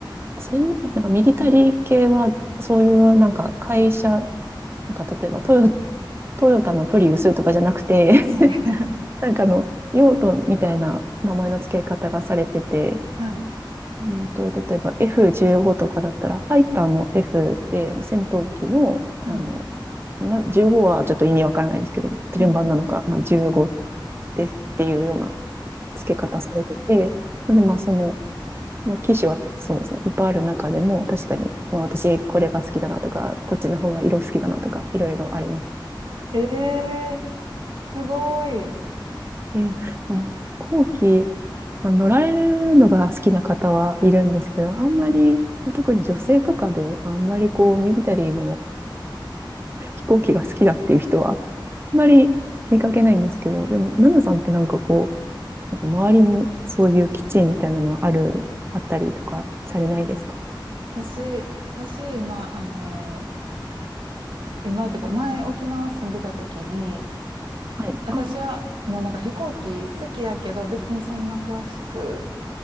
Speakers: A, on the right; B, on the right.
A: せん、なんかミリタリー系は、そういうなんか会社、なんか例えばトヨ、トヨタのプリウスとかじゃなくて
B: はい。
A: <laughs>
B: <laughs>
A: なんかあの、用途みたいな名前の付け方がされてて、
B: はい。
A: うんと、例えば F15 とかだったら、ファイターの F で、戦闘機の、あの、
B: はい。
A: な、15はちょっと意味わからないんですけど、
B: うん。
A: 連番なのか、まあ、15ですっていうような付け方されてて、で、
B: えー、
A: まあその、まあ、機種はそうですね、いっぱいある中でも、確かに、
B: うん
A: まあ私これが好きだなとか、こっちの方が色好きだなとか、いろいろあります。
B: えー、すごい。
A: で、もう後期、まあ、乗られるのが好きな方はいるんですけど、あんまり、
B: はい。
A: まあ特に女性とかで、あんまりこう、ミリタリーの飛行機が好きだっていう人は、あんまり見かけないんですけど、でも、ナナさんってなんかこう、なんか周りにそういう基地みたいなのある、あったりとかされないですか
B: 私、私、今、あの、今というか、前沖縄住んでた時に、
A: はい。
B: 私はもうなんか飛行機好きやけど、
A: ああ、
B: 別にそんな詳しく